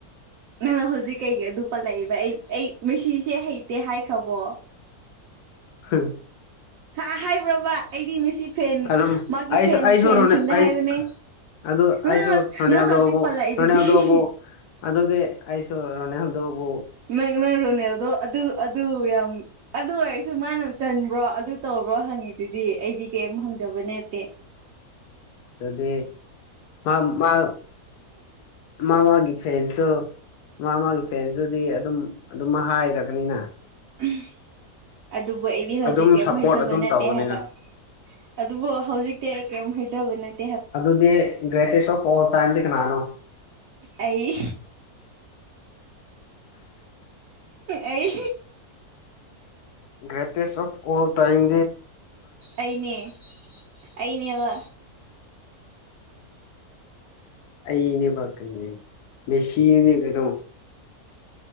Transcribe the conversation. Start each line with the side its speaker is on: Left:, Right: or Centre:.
Right: ꯅꯪꯅ ꯍꯧꯖꯤꯛ ꯀꯩꯒꯤ ꯑꯗꯨ ꯄꯜꯂꯛꯏꯕ ꯑꯩ ꯑꯩ ꯃꯦꯁꯤꯁꯦ ꯍꯩꯇꯦ ꯍꯥꯏꯈ꯭ꯔꯕꯣ <unintelligible> <inaudible>
Left: ꯍꯝ
Right: ꯍꯥ ꯍꯥꯏꯕ꯭ꯔꯕ ꯑꯩꯗꯤ ꯃꯦꯁꯤ ꯐꯦꯟ
Left: ꯑꯗꯨꯝ
Right: ꯃꯥꯒꯤ
Left: ꯑꯩꯁꯨ
Right: ꯐꯦꯟ
Left: ꯑꯩꯁꯨ
Right: ꯐꯦꯟꯁꯤꯡꯗ
Left: ꯔꯣꯅꯦ ꯑꯩ
Right: ꯍꯥꯏꯕꯅꯦ
Left: ꯑꯗꯨ
Right: ꯅꯪ
Left: ꯑꯁꯨ ꯔꯣꯅꯥꯜꯗꯣꯕꯨ
Right: ꯅꯪ ꯍꯧꯖꯤꯛ ꯄꯜꯂꯛꯏꯗꯨꯗꯤ
Left: ꯔꯣꯅꯥꯜꯗꯣꯕꯨ ꯑꯗꯨꯗꯤ ꯑꯩꯁꯣ ꯔꯣꯅꯥꯜꯗꯣꯕꯨ
Right: ꯅꯪꯅꯪ ꯔꯣꯅꯥꯜꯗꯣ ꯑꯗꯨ ꯑꯗꯨ ꯌꯥꯝ ꯑꯗꯨ ꯑꯣꯏꯔꯁꯨ ꯃꯥꯅ ꯆꯟꯕ꯭ꯔꯣ ꯑꯗꯨ ꯇꯧꯕ꯭ꯔꯣ ꯍꯪꯉꯤꯗꯨꯗꯤ ꯑꯩꯗꯤ ꯀꯩꯝ ꯍꯪꯖꯕꯅꯦꯠꯇꯦ
Left: ꯐꯖꯗꯦꯍꯦ ꯃꯥꯃꯥ ꯃꯥꯃꯥꯒꯤ ꯐꯦꯟꯁꯨ ꯃꯥꯃꯥꯒꯤ ꯐꯦꯟꯇꯗꯤ ꯑꯗꯨꯝ ꯑꯗꯨꯝ ꯍꯥꯏꯔꯒꯅꯤꯅ
Right: ꯎꯝ ꯑꯗꯨꯕꯨ ꯑꯩꯗꯤ ꯍꯧꯖꯤꯛꯀꯤ
Left: ꯑꯗꯨꯝ ꯁꯞꯄꯣꯔꯠ
Right: ꯑꯃꯨꯛ ꯍꯩꯖꯕ
Left: ꯑꯗꯨꯝ
Right: ꯅꯠꯇꯦ
Left: ꯇꯧꯒꯅꯤꯅ
Right: ꯍꯥꯏꯕ ꯑꯗꯨꯕꯨ ꯍꯧꯖꯤꯛꯇꯤ ꯀꯦꯝ ꯍꯥꯏꯖꯕ ꯅꯠ
Left: ꯑꯗꯨꯗꯤ ꯒ꯭ꯔ‌ꯦꯇꯦꯇ‌ꯦꯁ ꯑ‌ꯦꯞ ꯄꯥꯋꯥꯔ ꯇꯥꯏꯝꯗꯤ ꯀꯅꯥꯅꯣ
Right: ꯑꯩ ꯑꯩ
Left: ꯒ꯭ꯔꯦꯇꯦꯁ ꯑꯣꯐ ꯑꯣꯜ ꯇꯥꯏꯝ
Right: ꯑꯩꯅꯦ ꯑꯩꯅꯦꯕ
Left: ꯑꯩꯅꯦꯕ ꯀꯩꯅꯦ ꯃꯦꯁꯤꯅꯤꯅꯦ ꯀꯩꯅꯣ